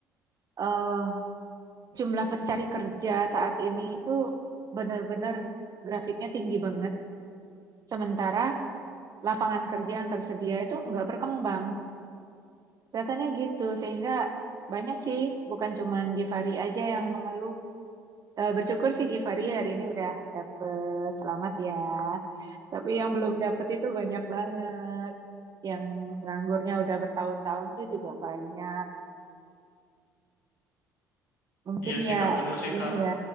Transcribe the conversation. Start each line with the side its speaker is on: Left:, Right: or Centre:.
Right: eh, jumlah pencari kerja saat ini itu benar-benar grafiknya tinggi banget. Sementara lapangan kerja yang tersedia itu nggak berkembang. Kelihatannya gitu, sehingga banyak sih, bukan cuman Givari aja yang mengeluh. Eh, bersyukur sih Givari hari ini udah dapet, selamat ya. Tapi yang belum dapet itu banyak banget. Yang nganggurnya udah bertahun-tahun itu juga banyak. Mungkin
Left: Iya sih
Right: ya,
Left: Kak, bener sih
Right: gini
Left: Kak.
Right: ya.